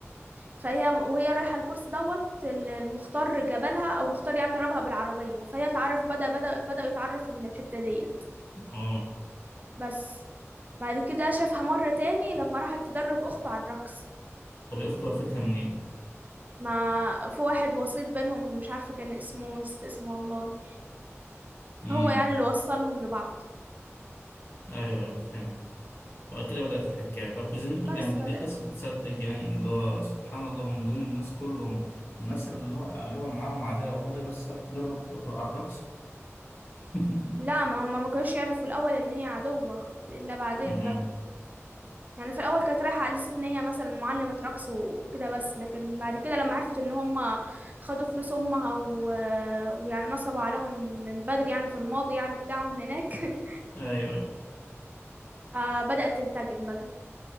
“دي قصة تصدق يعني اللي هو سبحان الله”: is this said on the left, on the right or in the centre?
Left